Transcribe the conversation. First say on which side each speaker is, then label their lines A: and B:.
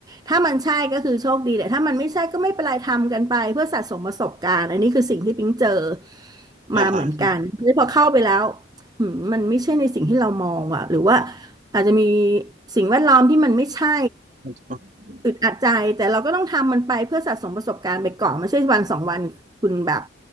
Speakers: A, on the right (about 20°); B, on the right (about 40°).
A: ถ้ามันใช่ก็คือโชคดีแต่ถ้ามันไม่ใช่ก็ไม่เป็นไรทำกันไปเพื่อสะสมประสบการณ์อันนี้คือสิ่งที่ปิ๊งเจอ
B: อ่าๆใช
A: มาเหมือนกันแล้วพอเข้าไปแล้วหืมมันไม่ใช่ในสิ่งที่เรามองอ่ะหรือว่าอาจจะมีสิ่งแวดล้อมที่มันไม่ใช่
B: ่
A: อึดอัดใจแต่เราก็ต้องทำมันไปเพื่อสะสมประสบการณ์ไปก่อนไม่ใช่วันสองวันคุณแบบ